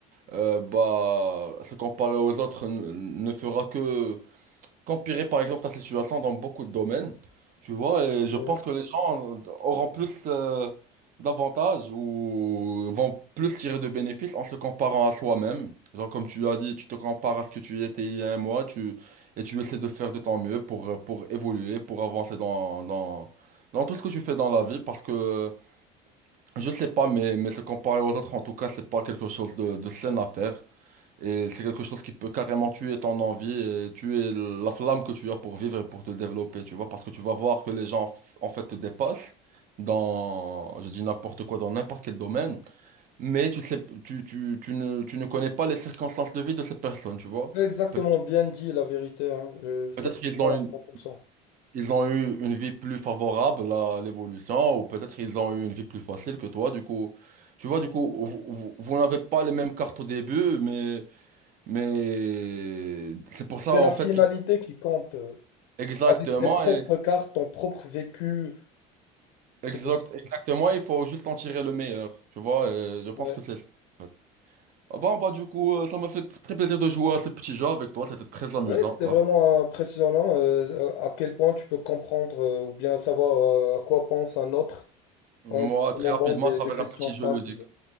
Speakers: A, on the right; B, on the left.
A: euh, bah, se comparer aux autres n- ne fera que qu'empirer par exemple la situation dans beaucoup de domaines, tu vois, et je
B: Ouais.
A: pense que les gens euh, auront plus euh, d'avantages ou vont plus tirer de bénéfices en se comparant à soi-même. Genre comme tu as dit, tu te compares à ce que tu étais il y a un mois, tu, et tu essaies de faire de ton mieux pour, euh, pour évoluer, pour avancer dans, dans, dans tout ce que tu fais dans la vie, parce que je sais pas, mais, mais se comparer aux autres, en tout cas, c'est pas quelque chose de, de sain à faire. Et c'est quelque chose qui peut carrément tuer ton envie, et tuer la flamme que tu as pour vivre et pour te développer, tu vois, parce que tu vas voir que les gens, f- en fait, te dépassent dans, je dis n'importe quoi, dans n'importe quel domaine, mais tu sais, tu, tu, tu ne, tu ne connais pas les circonstances de vie de ces personnes, tu vois.
B: Exactement,
A: Pe-
B: bien dit la vérité, hein. Euh, je
A: Peut-être
B: te comprends
A: qu'ils ont une,
B: à 100%.
A: ils ont eu une vie plus favorable à l'évolution, ou peut-être ils ont eu une vie plus facile que toi, du coup, tu vois, du coup, vous, vous vous n'avez pas les mêmes cartes au début, mais... Mais c'est pour ça
B: C'est
A: en
B: la finalité
A: fait
B: qui compte. euh,
A: Exactement,
B: Avec tes propres
A: et,
B: cartes, ton propre vécu. C'est-
A: exact, exactement, il faut juste en tirer le meilleur, tu vois, et je pense
B: Ouais,
A: que c'est ça. en fait. Ah bon, bah du coup, euh, ça m'a fait très plaisir de jouer à ce petit jeu avec toi, c'était très amusant.
B: Ouais, c'était
A: Ah.
B: vraiment impressionnant euh, à quel point tu peux comprendre euh, ou bien savoir euh, à quoi pense un autre
A: Moi,
B: en se
A: très
B: demandant
A: rapidement,
B: des,
A: à travers
B: des questions
A: un petit
B: simples.
A: jeu ludique.